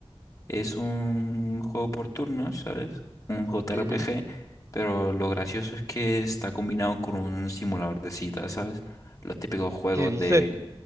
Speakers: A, on the left (about 35°); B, on the right (about 30°).
A: Es un juego por turnos, ¿sabes? Un JRPG,
B: Ujú.
A: pero lo gracioso es que está combinado con un simulador de citas, ¿sabes? Los típicos juegos
B: ¿Qué dices?
A: de...